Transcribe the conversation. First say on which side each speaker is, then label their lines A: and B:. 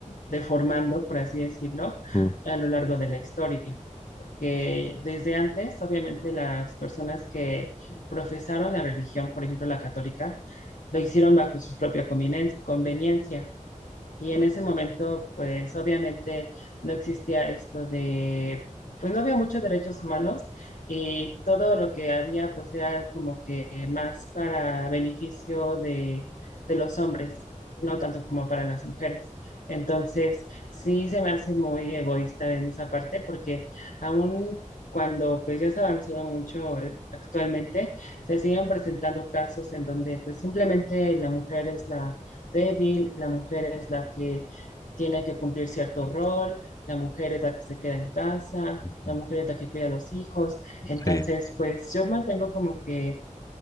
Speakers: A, on the left; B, on the left.
A: deformando, por así decirlo,
B: ujú,
A: a lo largo de la historia, porque desde antes, obviamente, las personas que profesaron la religión, por ejemplo, la católica, lo hicieron bajo su propia convenien- conveniencia. Y en ese momento, pues obviamente no existía esto de, pues no había muchos derechos humanos y todo lo que había, pues era como que más para beneficio de, de los hombres, no tanto como para las mujeres. Entonces, sí se me hace muy egoísta en esa parte porque aún cuando pues ya se ha avanzado mucho eh, actualmente, se siguen presentando casos en donde pues simplemente la mujer es la débil, la mujer es la que tiene que cumplir cierto rol, la mujer es la que se queda en casa,
B: ujú.
A: la mujer es la que cuida a los hijos. Entonces,
B: Sí,
A: pues yo mantengo como que